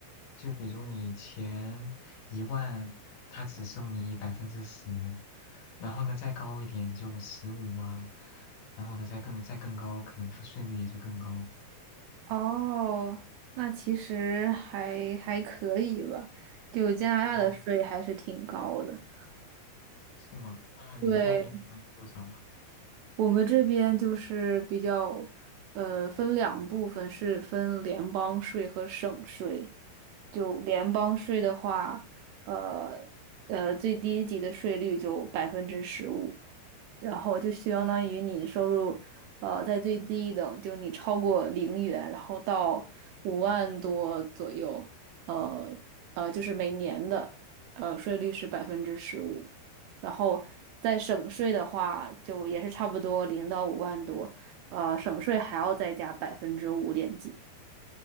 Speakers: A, on the left (about 60°); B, on the right (about 80°).
A: 就比如你前一万，他只收你百分之十，然后呢再高一点就十五啊，然后呢再更再更高，可能他税率也就更高。
B: 哦，那其实还还可以吧，就加拿大的税还是挺高的。
A: 哦，是吗？那你们那边一般多少啊？
B: 对，我们这边就是比较，呃，分两部分，是分联邦税和省税。就联邦税的话，呃呃，最低级的税率就百分之十五，然后就相当于你收入，呃，在最低等，就你超过零元，然后到五万多左右，呃呃，就是每年的呃税率是百分之十五，然后在省税的话，就也是差不多零到五万多，呃，省税还要再加百分之五点几。